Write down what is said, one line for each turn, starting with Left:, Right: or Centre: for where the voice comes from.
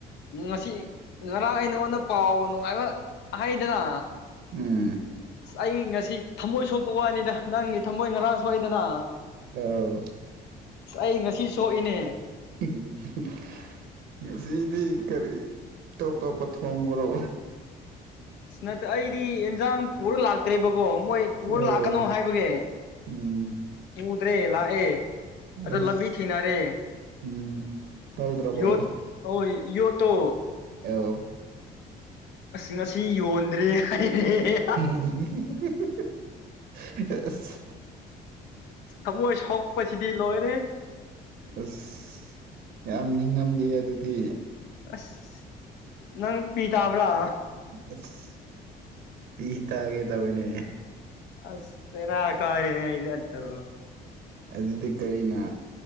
Left: ꯉꯁꯤ ꯉꯔꯥꯡ ꯑꯩ ꯅꯉꯣꯟꯗ ꯄꯥꯎ ꯅꯨꯡꯉꯥꯏꯕ ꯍꯥꯏꯗꯅ
Right: ꯎꯝ
Left: ꯁ ꯑꯩ ꯉꯁꯤ ꯊꯃꯣꯏ ꯁꯣꯛꯄ ꯋꯥꯅꯤꯗ ꯅꯪꯒꯤ ꯊꯃꯣꯏ ꯉꯔꯥꯡ ꯁꯣꯛꯏꯗꯅ
Right: ꯑꯥꯎ
Left: ꯑꯁ ꯑꯩ ꯉꯁꯤ ꯁꯣꯛꯏꯅꯦ
Right: <unintelligible> ꯉꯁꯤꯗꯤ ꯀꯔꯤ ꯇꯣꯞ ꯇꯣꯞꯄ ꯊꯣꯡꯕꯔꯣ
Left: ꯑꯁ ꯅꯠꯇ ꯑꯩꯗꯤ ꯌꯦꯟꯖꯥꯡ ꯄꯨꯔ ꯂꯥꯛꯇ꯭ꯔꯦꯕꯀꯣ ꯃꯣꯏ ꯄꯨꯔ
Right: ꯑꯣ
Left: ꯂꯥꯛꯀꯅꯨ ꯍꯥꯏꯕꯒꯤ
Right: ꯎꯝ
Left: ꯄꯨꯗ꯭ꯔꯦ ꯂꯥꯛꯑꯦ ꯑꯗꯨ
Right: ꯑꯁ
Left: ꯂꯝꯕꯤ ꯊꯦꯡꯅꯔꯦ
Right: ꯎꯝ ꯇꯧꯗ꯭ꯔꯕꯣ
Left: ꯌꯣꯠ ꯍꯣꯏ ꯌꯣꯠꯇꯣ
Right: ꯑꯦꯎ
Left: ꯉꯁꯤ ꯌꯣꯟꯗ꯭ꯔꯦ ꯍꯥꯏ <unintelligible>
Right: <unintelligible> ꯑꯁ
Left: ꯊꯃꯣꯏ ꯁꯣꯛꯄꯁꯤꯗꯤ ꯂꯣꯏꯔꯦ꯫
Right: ꯑꯁ ꯌꯥꯝ ꯅꯤꯡꯉꯝꯗꯦ ꯑꯗꯨꯗꯤ
Left: ꯑꯁ ꯅꯪ ꯄꯤ ꯇꯥꯕ꯭ꯔꯥ
Right: ꯑꯁ ꯄꯤ ꯇꯥꯒꯦ ꯇꯥꯋꯤꯅꯦ꯫
Left: ꯑꯁ ꯕꯦꯔꯥ ꯀꯥꯏꯔꯦꯍꯦ ꯑꯗꯨ
Right: ꯑꯗꯨꯗꯤ ꯀꯔꯤꯅ